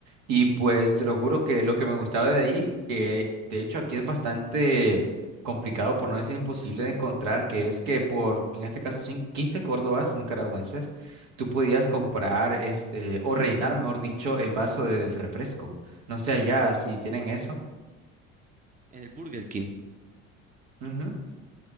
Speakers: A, on the right; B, on the right.
A: Y pues te lo juro que lo que me gustaba de ahí, que de hecho aquí es bastante complicado, por no decir imposible de encontrar, que es que por, en este caso, cin- 15 córdobas nicaragüenses, tú podías comprar, este, o rellenar, mejor dicho, el vaso del refresco. No sé allá si tienen eso.
B: en el Burger King.
A: Ujú.